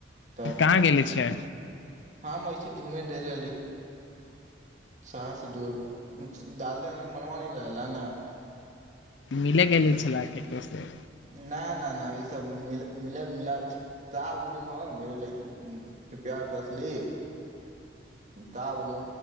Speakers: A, on the right; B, on the left.
A: तऽ
B: कहाँ गेले छै
A: हँऐसे धूम रहली शहर दूर डाले मनवान लल ने
B: मिले गेले छलै केकरो से
A: नहि नहि नहि ई सब म मिल ता बोलू ह लची प्यार तसली ता बोलू